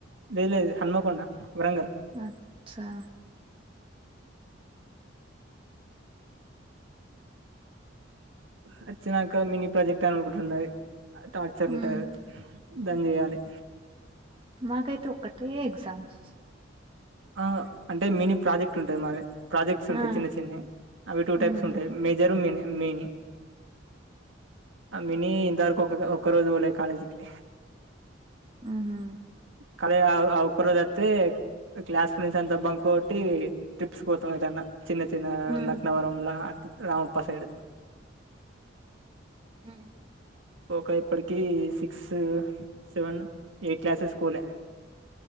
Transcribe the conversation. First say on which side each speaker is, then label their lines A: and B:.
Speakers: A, on the right (about 80°); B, on the right (about 25°).
A: లే లేదు హన్మకొండ వరంగల్
B: అచ్చా
A: వచ్చినాక మినీ ప్రాజెక్ట్ అని ఒక ఉన్నది టార్చర్ ఉంటది
B: ఉమ్
A: దాని చేయాలే
B: మాకైతే ఒకటే ఎగ్జామ్స్
A: ఆ అంటే మినీ ప్రాజెక్ట్ ఉంటాది మాది ప్రాజెక్ట్స్ ఉంటాయి
B: ఆ
A: చిన్న చిన్న అవి టూ టైప్స్
B: ఉమ్
A: ఉంటాయి మేజర్ మిని మిని ఆ మినీ ఇంతవరకు ఒక ఒకక్క రోజు పోలా కాలేజీకి
B: ఉహుమ్
A: కాలేజ్ ఆ ఆ ఒక్క రోజు వత్తే. క్లాస్ ఫ్రెండ్స్ అంతా బంకు కొట్టీ ట్రిప్స్ పోతాం ఏటన్నా. చిన్న చిన్న ఆ
B: ఉమ్
A: లక్నవరంలా రామప్ప సైడ్.
B: ఉ
A: ఒక ఇప్పటికీ సిక్స్, సెవెన్, ఎయిట్ క్లాసెస్ కు వోలె.